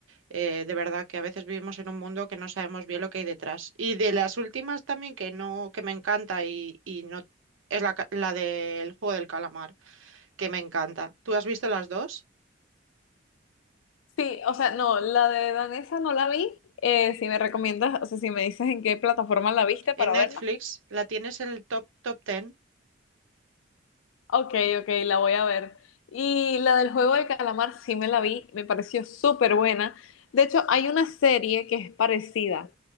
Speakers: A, on the right (about 80°); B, on the left (about 80°).
A: eh, de verdad que a veces vivimos en un mundo que no sabemos bien lo que hay detrás. Y de las últimas también que no, que me encanta y, y no es la, ca- la del juego del calamar, que me encanta. ¿Tú has visto las dos?
B: Sí, o sea, no, la de Danesa no la vi. Eh, si me recomiendas, o sea, si me dices en qué plataforma la viste para
A: En Netflix
B: verla.
A: la tienes en el top top ten.
B: Ok, ok, la voy a ver. Y la del juego del calamar sí me la vi, me pareció súper buena. De hecho, hay una serie que es parecida.